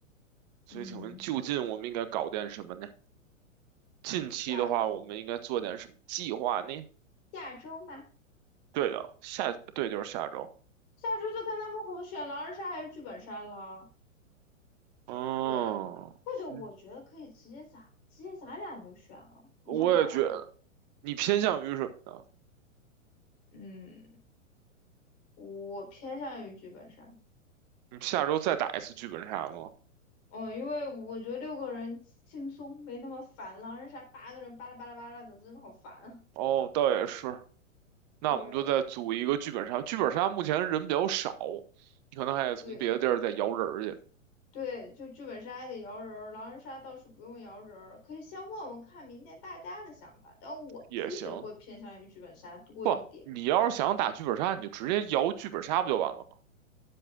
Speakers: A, on the right; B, on the left.
A: 所以请问就近我们应该搞点什么呢？
B: 嗯。
A: 近期的话，
B: 下
A: 我们应该做点什么计划呢？
B: 下周吧，
A: 对的，下，对，就是下周。
B: 下周就看他们红选狼人杀还是剧本杀了。
A: 嗯，
B: 对，或者我觉得可以直接咱直接咱俩就选了。
A: 嗯，
B: 你想打狼人
A: 我也觉得。你偏向于什么呢？
B: 嗯，我偏向于剧本杀。
A: 你下周再打一次剧本杀吗？
B: 嗯，因为我觉得六个人轻松，没那么烦。狼人杀八个人巴拉巴拉巴拉的，真的好烦啊。
A: 哦，倒也是。那我们就再组一个剧本杀。
B: 对
A: 剧本杀目前人比较少，你可能还得从别的地儿再摇人儿去
B: 对对，就剧本杀还得摇人儿狼人杀倒是不用摇人儿可以先问问看明天大家的想法。但我自己会偏向于剧本杀多一点。
A: 也行。不，你要是想打剧本杀，你就直接摇剧本杀不就完了吗？